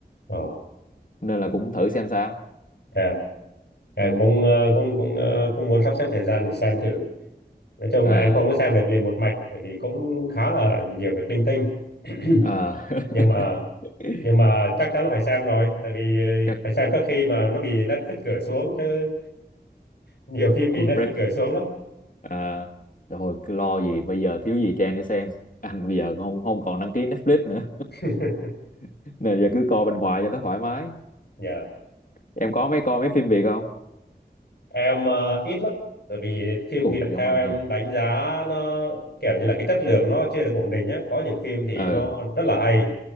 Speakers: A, on the left; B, on the left.
A: ồ,
B: nên là cũng thử xem sao
A: à, em
B: ừ.
A: cũng ờ, cũng cũng ờ, cũng muốn sắp xếp thời gian để xem thử. Nói chung
B: à,
A: là em không có xem được liền một mạch, tại vì cũng khá là nhiều việc linh tinh. <clears throat>
B: à.
A: Nhưng mà
B: <laughs>
A: nhưng mà chắc chắn là phải xem rồi, tại vì ờ,
B: chắc
A: phải xem trước khi mà nó bị Netflix gửi xuống chứ nhiều phim bị
B: ôi
A: Netflix
B: break
A: gửi xuống lắm.
B: à, rồi cứ lo gì bây giờ thiếu gì Trang để xem <laughs> anh bây giờ không không còn đăng ký Netflix nữa
A: <clears throat>
B: <laughs> nên giờ cứ coi bên ngoài cho nó thoải mái
A: Dạ.
B: em có mấy coi mấy phim Việt không
A: em ờ, ít lắm bởi vì phim
B: ủa
A: Việt
B: giống
A: theo
B: anh
A: em
B: hả
A: đánh giá nó kiểu như là cái chất lượng nó chưa được ổn định nhá có những phim thì
B: ừ
A: nó rất là hay